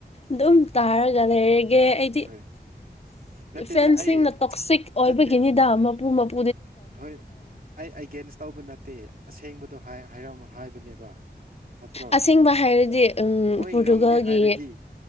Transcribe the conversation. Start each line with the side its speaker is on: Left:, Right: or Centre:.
Left: ꯑꯗꯨꯝ ꯇꯥꯔꯒ ꯂꯩꯔꯦ ꯑꯩꯗꯤ
Right: ꯍꯣꯏ ꯅꯠꯇꯦꯗ
Left: ꯐꯦꯟꯁꯤꯡꯅ
Right: ꯑꯩ
Left: ꯇꯣꯛꯁꯤꯛ ꯑꯣꯏꯕꯒꯤꯅꯤꯗ
Right: ꯅꯠꯇꯦ
Left: ꯃꯄꯨ ꯃꯄ
Right: ꯍꯣꯏ ꯑꯩ ꯑꯦꯒꯦꯟꯁ ꯇꯧꯕ ꯅꯠꯇꯦ ꯑꯁꯦꯡꯕꯗꯣꯔ ꯍꯥꯏꯕꯅꯦꯕ ꯅꯠꯇ꯭ꯔꯣ
Left: ꯑꯁꯦꯡꯕ ꯍꯥꯏꯔꯗꯤ ꯎꯝ
Right: ꯃꯣꯏ
Left: ꯄꯣꯔꯇꯨꯒꯜꯒꯤ
Right: ꯉꯝꯒꯦ ꯍꯥꯏꯔꯗꯤ